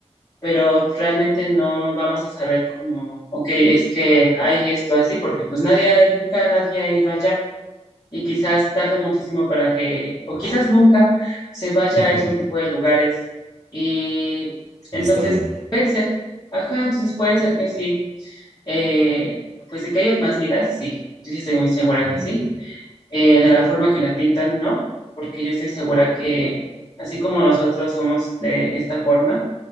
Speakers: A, on the left; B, on the right.
A: pero realmente no vamos a saber como, ok, es que hay esto así porque pues nadie, ha- nunca nadie ha ido allá. Y quizás tarde muchísimo para que, o quizás nunca se vaya
B: <laughs>
A: a esos tipos de lugares. Y entonces,
B: Y está bien.
A: ajá, entonces puede ser que sí eh, pues de que hay más vidas, sí, yo sí estoy muy segura
B: Mm,
A: que sí. Eh, de la forma que la pintan, no, porque yo estoy segura que así como nosotros somos de esta forma,